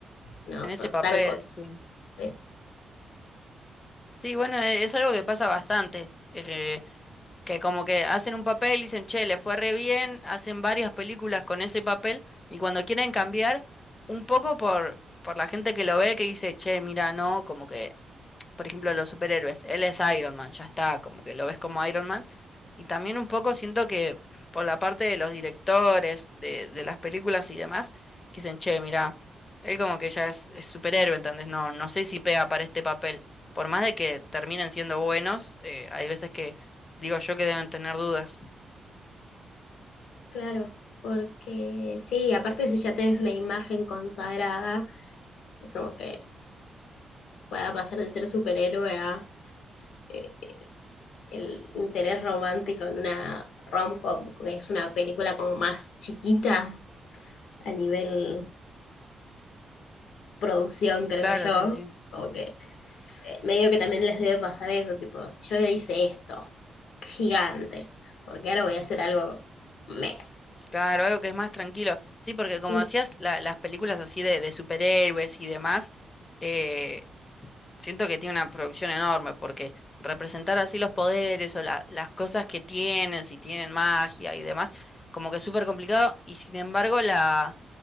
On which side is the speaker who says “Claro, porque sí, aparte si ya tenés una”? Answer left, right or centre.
Left